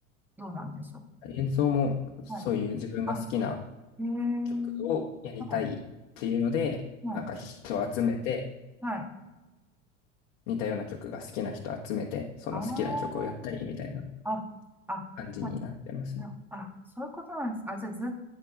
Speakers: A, in the centre; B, on the left.
A: どうなんでしょ
B: 演奏もそういう自分が好きな
A: う。はい。あ、えー、
B: 曲をやりたいっていうので、
A: はい。は
B: なんか人を集めて、
A: い。はい。
B: 似たような曲が好きな人集めて、その好きな曲をやったりみたいな
A: ああ、あ、あ、
B: 感じになってますね。
A: はい。なあ、そういうことなんですか。あ、じゃあ、ずっと